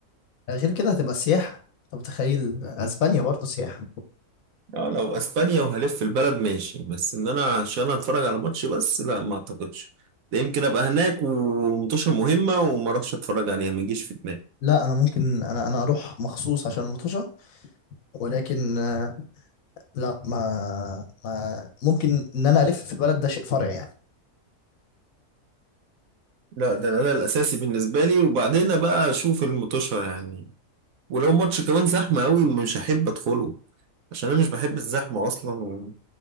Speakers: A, on the left (about 70°); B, on the right (about 70°).
A: آه، غير كده هتبقى سياحة انت متخيل اسبانيا برضه سياحة
B: اه لو اسبانيا وهلف البلد ماشي بس ان انا عشان اتفرج على ماتش بس لا ما اعتقدش ده يمكن ابقى هناك ومطوشة مهمة وما اروحش اتفرج عليها ما يجيش في دماغي
A: لا انا ممكن انا انا اروح مخصوص عشان المطوشة ولكن آه، لا ما, ما ممكن ان انا الف في البلد ده شيء فرعي يعني
B: لا ده ده الاساسي بالنسبة لي وبعدين بقى اشوف المطوشة يعني ولو ماتش كمان زحمة قوي مش هحب ادخله عشان انا مش بحب الزحمه اصلا و...